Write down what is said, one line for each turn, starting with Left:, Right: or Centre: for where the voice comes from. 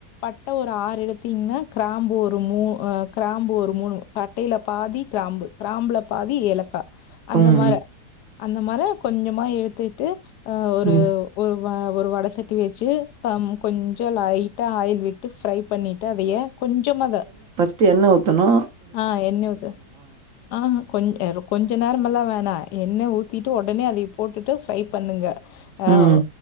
Left: பட்ட ஒரு ஆறு எடுத்தீங்கன்னா கிராம்பு ஒரு மூ அ கிராம்பு ஒரு மூணு ட்டையில பாதி கிராம்பு கிராம்புல பாதி ஏலக்கா அந்த
Right: ம்
Left: மா அந்த மாரா கொஞ்சமா எய்த் எய்த்து அ ஒரு
Right: ம்
Left: ஒரு வ ஒரு வட சட்டி வச்சு சம் கொஞ்சொ லைட்டா ஆயில் விட்டு ஃப்ரை பண்ணிட் ட அத ஏ கொஞ்சமா வெ
Right: ட்டு எண்ண ஊத்தனு
Left: ஆ எண்ண ஊத்து ஆஹ கொஞ் அரு கொஞ்ச நேரமெல்லா வேணா எண்ண ஊத்திட் ட்டு ஓடனே அதை போட்டுட்டு ஃப்ரை பண்ணுங்க. ஆ
Right: ம்
Left: ஓ